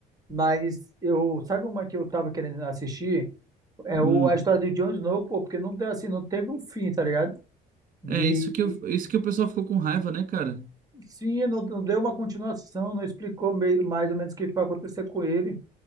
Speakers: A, on the right; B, on the right.
A: Mas eu. Sabe uma que eu tava querendo assistir? É o,
B: Hum.
A: a história do Jon Snow, pô, porque não, deu assim, não teve um fim, tá ligado? E
B: É isso que eu, isso que o pessoal ficou com raiva, né, cara?
A: sim, não, não deu uma continuação, não explicou meio- mais ou menos o que que vai acontecer com ele.